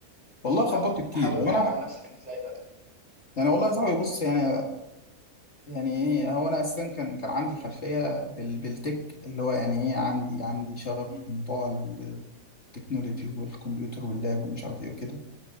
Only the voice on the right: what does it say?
أنت بتحاول
بتحاول
تهون
على نفسك ازاي بقى؟
مم.